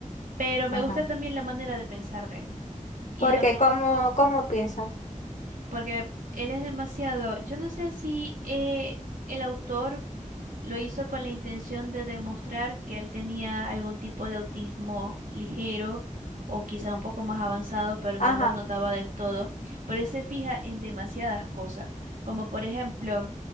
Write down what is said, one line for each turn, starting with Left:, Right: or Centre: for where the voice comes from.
Right: Pero me
Left: Ajá.
Right: gusta también la manera de pensar de él. Y
Left: Porque
Right: la ma-
Left: cómo cómo piensas.
Right: porque él es demasiado, yo no sé si eh, el autor lo hizo con la intención de demostrar que él tenía algún tipo de autismo ligero o quizá un poco más avanzado, pero no
Left: Ajá,
Right: lo notaba del todo, pero él se fija en demasiadas cosas, como por ejemplo,